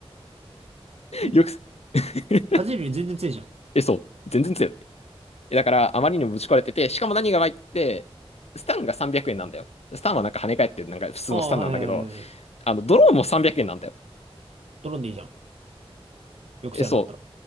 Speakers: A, on the right (about 80°); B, on the left (about 80°).
A: え
B: よく <laughs>
A: 風より全然強いじゃん。
B: え、そう。全然強い。えだから、あまりにもぶち壊れてて、しかも何が悪いって、スタンが300円なんだよ。スタンはなんか跳ね返ってる、なんか普通のスタンなんだけど、
A: ああ、はいはいはいはい。うん。
B: あの、ドローンも300円なんだよ。
A: ドローンでいいじゃん。抑制なんだったら。
B: え、そ